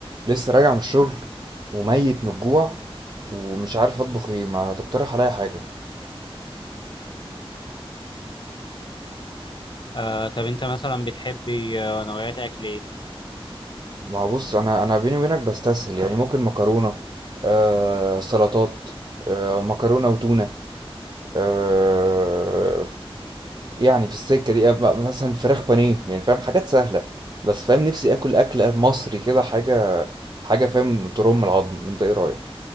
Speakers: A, on the right (about 45°); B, on the left (about 50°).
A: لسه راجع من الشغل وميت من الجوع ومش عارف اطبخ ايه ما تقترح عليا حاجه
B: آه، طب انت مثلا بتحبي آه، نوعيات اكل ايه
A: ما هو بص انا انا بيني وبينك بستسهل يعني ممكن مكرونه آه سلطات آه مكرونه وتونه آه يعني في السكه دي آه، م- مثلا فراخ بانيه يعني فاهم حاجات سهله بس فاهم نفسي اكل اكل مصري كده حاجه حاجه فاهم ترم العظم انت ايه رايك